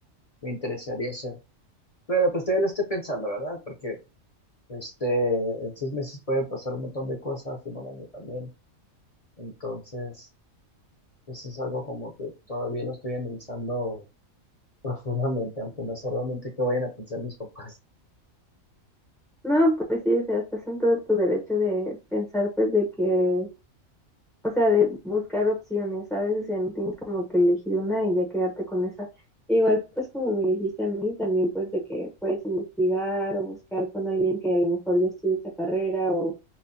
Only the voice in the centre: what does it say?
No, pues sí, o sea, estás en todo tu derecho de pensar, pues, de que, o sea, de buscar opciones, ¿sabes? O sea, no tienes como que elegir una y ya quedarte con esa. Igual, pues, como me dijiste a mí, también, pues, de que puedes investigar o buscar con alguien que a lo mejor ya estudió esa carrera o